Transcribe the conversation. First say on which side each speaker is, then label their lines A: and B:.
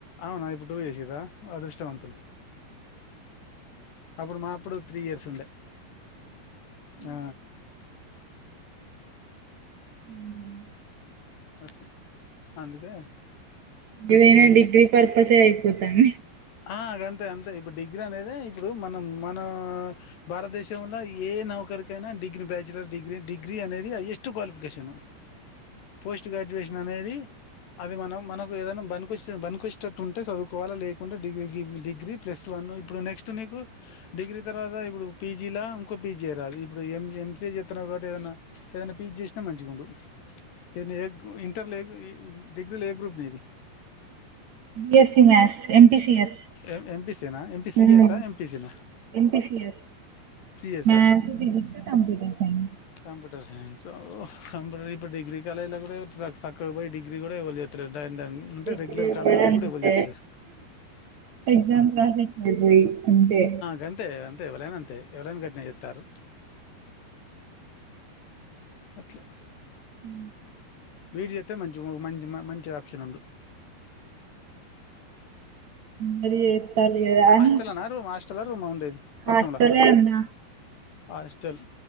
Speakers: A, on the left; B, on the right.
A: అవునా ఇప్పుడు టూ చేసిర్రా అదృష్టవంతులు అప్పుడు మాప్పుడు త్రీ ఇయర్స్ ఉండే ఆ
B: హ్మ్మ్
A: అట్లా అందుకే ఫిఫ్టీ
B: ఏదైనా డిగ్రీ పర్పసే అయిపోతంది
A: ఆ అ గంతే అంతే ఇప్పుడు డిగ్రీ అనేది ఇప్పుడు మనం మన భారతదేశంలో ఏ నౌ ఒకరికైనా డిగ్రీ బ్యాచ్ డిగ్రీ డిగ్రీ అనేది హైయెస్ట్ క్వాలిఫికేషన్ పోస్ట్ గ్రాడ్యుయేషన్ అనేది అది మనం మనకు ఏదైనా బనికోచ్చతట్టు బనికి వచ్చేటట్టు ఉంటే చదువుకోవాలా లే అంటే డిగ్రీ డిగ్రీ ప్లస్ వన్ ఇప్పుడు నెక్స్ట్ నీకు డిగ్రీ తర్వాత ఇప్పుడు పీజీ లా ఇంకో పీజీ రాదు ఇప్పుడు ఎం ఎంసఏ చేస్తున్నా కాబట్టి ఏదైనా ఏదైనా పీజీ చేసినా మంచిగా ఉండు ఏ ఇంటర్లో ఏ డిగ్రీ లో ఏ గ్రూప్ నీ ది
B: B S C maths M M P C S
A: M ఎంపీసీనా ఎంపీ
B: హ్మ్మ్
A: సిఎస్ఆ
B: హ్మ్మ్
A: ఎంపీసీనా
B: ఏం పి సి ఎస్
A: సిఎస్ఆ
B: maths physics computer science
A: computer science ఓహో కంప్యూటర్ ఇప్పుడు డిగ్రీ ఇలా కూడా సక్కగా బోయి డిగ్రీ కూడా ఎవరు చేస్తా లేరు అంట అంటే
B: డిగ్రీ
A: రెగ్యులర్ కాలేజ్ పోయి
B: అంతే
A: కూడా ఎవరూ చెస్తాలేరు
B: ఎగ్జామ్స్ రాసేకి పోయి అంతే
A: గంత అంతే ఎవలైన అంతే ఎవరైన గాట్లనే చేస్తారు అట్లా
B: హ <inaudible>
A: బి ఇ డి చేస్తే మంచిగా ఉండు మంచి మంచి ఆప్షన్ ఉండు
B: మరి చేత్తాలు కదా అని
A: హాస్టల్లోన రూమ్ హాస్టల్ల రూమ్ ఉండేది
B: హాస్టలే
A: పట్నంల
B: అన్నా
A: హాస్టెల్